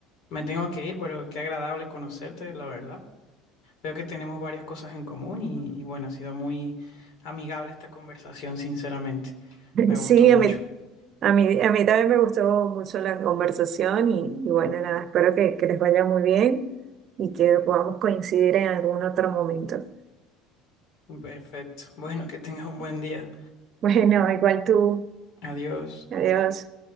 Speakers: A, on the left; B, on the right.
A: me tengo que ir, pero qué agradable conocerte, la verdad. Veo que tenemos varias cosas en común y, y bueno, ha sido muy amigable esta conversación, sinceramente. Me
B: Sí,
A: gustó mucho.
B: a mí, a mí, a mí también me gustó mucho la conversación y, y bueno, nada, espero que, que les vaya muy bien y que podamos coincidir en algún otro momento. <laughs>
A: Perfecto. Bueno, que tengas un buen día.
B: Bueno, igual tú.
A: Adiós.
B: Adiós.